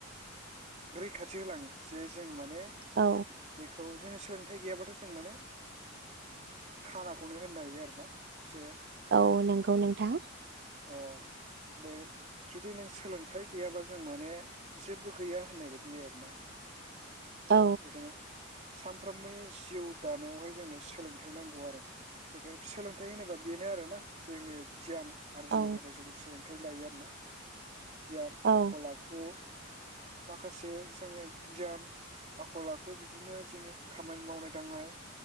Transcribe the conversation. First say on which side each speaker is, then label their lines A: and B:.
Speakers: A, on the right; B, on the right.
A: रैखाथि होलाङो जे जों माने बे
B: औ
A: <unintelligible> औ जोंङो सोलोंथाइ गैयाबाथ' जों माने खानाखौनो होननो हायो आरोना जे
B: औ नंगौ नोंथां
A: अ बे जुदि नों सोलोंथाइ गैयाबा जों माने जेबो गैया थनायबादि जाया आरो ना
B: औ
A: बेखायनो सानफ्रोमबोनि जिउ दानायावहाय जोंनो सोलोंथाइ नांगौ आरो बेखायनो सोलोंथाइ होनोबा बेनो आरोना जोंनि गियान आरो
B: औ
A: जोंनि थाखाय <unintelligible> निफ्राय लायो आरो ना गियान
B: औ
A: आखल आखु माखासे जोंनि गियान आखल आखु बिदिनो जोंनि खामानि मावनाय दांनाय